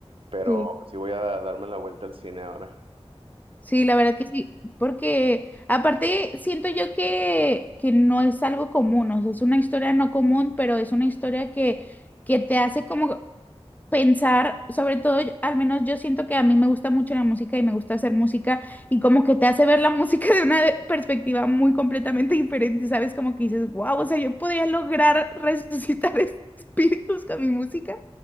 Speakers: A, on the right; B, on the left.
A: Pero
B: Sí.
A: sí voy a darme la vuelta al cine ahora.
B: Sí, la verdad que sí, porque aparte siento yo que, que no es algo común, o sea, es una historia no común, pero es una historia que, que te hace como pensar, sobre todo, al menos yo siento que a mí me gusta mucho la música y me gusta hacer música y como que te hace ver la música de una <laughs> perspectiva muy completamente diferente, ¿sabes? Como que dices, wow, o sea, yo podría lograr <laughs> resucitar espíritus con mi música.